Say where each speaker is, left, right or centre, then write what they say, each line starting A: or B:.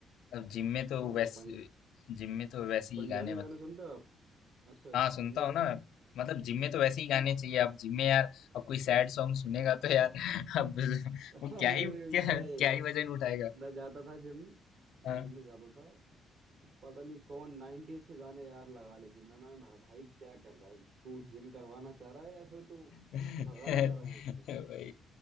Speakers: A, on the left (about 75°); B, on the right (about 65°).
A: अब जिम में तो
B: हाँ
A: वैसे
B: और पं,
A: जिम में तो वैसे ही
B: पंजाबी
A: गाने मतलब
B: गाने सुनते हो आप अच्छा
A: हाँ सुनता
B: जिम में
A: हूँ
B: क्या
A: ना मैं। मतलब जिम में तो वैसे ही गाने चाहिए अब जिम में यार अब कोई सैड सॉन्ग सुनेगा
B: हाँ
A: तो यार <laughs> अब
B: <laughs>
A: वो क्या
B: अरे
A: ही क्या,
B: मैं
A: क्या ही वजन उठाएगा
B: मैं जाता था जिम मैं
A: हाँ
B: जिम में जाता था तो पता नहीं कौन 90s के गाने यार लगा ले जिम में मैं मैं- भाई क्या कर रहा है तू जिम करवाना चाह रहा है या फिर तू
A: <laughs>
B: भगाना चाह रहा है यहाँ से
A: भाई